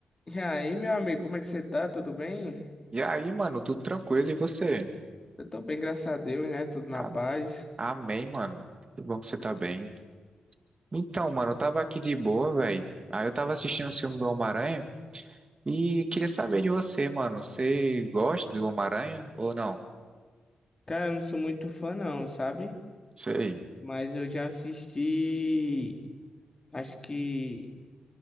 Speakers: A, on the left (about 25°); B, on the right (about 35°).
A: E aí, meu amigo, como é que você tá? Tudo bem?
B: E aí, mano, tudo tranquilo e você?
A: Eu tô bem, graças a Deus, né? Tudo na
B: Ah,
A: paz.
B: amém, mano. Que bom que você tá bem. Então, mano,
A: É,
B: eu tava aqui de boa, velho. Aí eu tava assistindo o filme do Homem-Aranha e queria saber de você, mano. Você gosta do Homem-Aranha ou não?
A: Cara, eu não sou muito fã, não, sabe?
B: Sei.
A: Mas eu já assisti, acho que